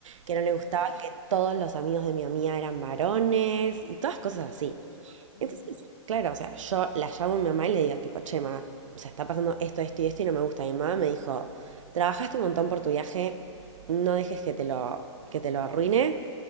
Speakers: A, on the right; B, on the left.
A: que no le gustaba
B: Mm,
A: que todos los amigos de mi amiga eran varones y todas cosas así.
B: mm, ujú,
A: Entonces, claro, o sea, yo la llamo a mi mamá y le digo tipo, che, ma, o sea, está pasando esto, esto y esto y no me gusta. Y mi mamá me dijo, trabajaste un montón por tu viaje, no dejes que te lo, que te lo arruine